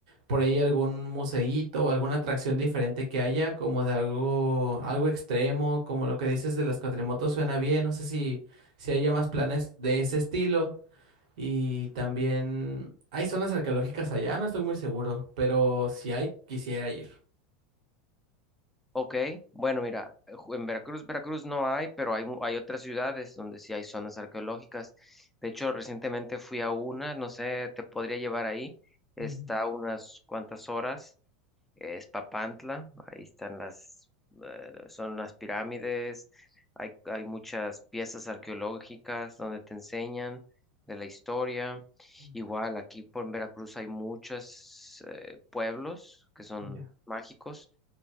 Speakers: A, on the right; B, in the centre.
A: por ahí algún museíto o alguna atracción diferente que haya, como de algo, algo extremo, como lo que dices de las cuatrimotos suena bien, no sé si, si haya más planes de ese estilo. Y también hay zonas arqueológicas allá, no estoy muy seguro, pero si hay, quisiera ir.
B: Ok, bueno, mira, eh, ju- en Veracruz, Veracruz no hay, pero hay, mu- hay otras ciudades donde sí hay zonas arqueológicas. De hecho, recientemente fui a una, no sé, te podría llevar ahí. Está
A: Mm,
B: a unas cuantas horas, eh, es Papantla, ahí están las, eh, son las pirámides, hay, hay muchas piezas arqueológicas donde te enseñan de la historia.
A: mm,
B: Igual, aquí por Veracruz hay muchos pueblos que son
A: Ya.
B: mágicos